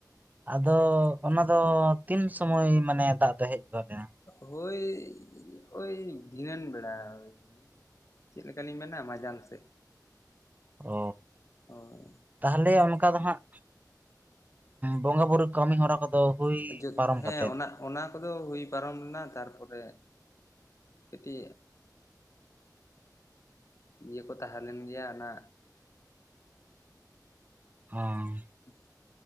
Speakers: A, on the right (about 25°); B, on the left (about 45°).
A: ᱟᱫᱚ ᱚᱱᱟ ᱫᱚ ᱛᱤᱱ ᱥᱩᱚᱢᱚᱭ ᱢᱟᱱᱮ ᱫᱟᱜ ᱫᱚ ᱦᱮᱡ ᱜᱚᱫ ᱮᱱᱟ?
B: ᱦᱳᱭ ᱳᱭ ᱫᱷᱤᱱᱟᱹᱱ ᱵᱮᱲᱟ ᱳᱭ ᱪᱮᱫ ᱞᱮᱠᱟᱞᱤᱧ ᱢᱮᱱᱟ ᱢᱟᱡᱟᱱ ᱥᱮᱫ
A: ᱚᱻ
B: ᱦᱳᱭ
A: ᱛᱟᱦᱚᱞᱮ ᱚᱱᱠᱟ ᱫᱚ ᱦᱟᱸᱜ ᱵᱚᱸᱜᱟ ᱵᱩᱨᱩ ᱠᱟᱹᱢᱤ ᱦᱚᱨᱟ ᱠᱚᱫᱚ ᱦᱩᱭ
B: ᱡᱩᱛ
A: ᱯᱟᱨᱚᱢ
B: ᱦᱮᱸ
A: ᱠᱟᱛᱮᱫ
B: ᱚᱱᱟ ᱠᱚᱫᱚ ᱦᱩᱭ ᱯᱟᱨᱚᱢ ᱞᱮᱱᱟ ᱛᱟᱨᱯᱚᱨᱮ ᱟᱹᱰᱤ ᱤᱭᱟᱹ ᱠᱚ ᱛᱟᱦᱮᱸᱞᱱ ᱜᱮᱭᱟ ᱚᱱᱟ,
A: ᱦᱚᱸ
B: ᱦᱮ <inaudible>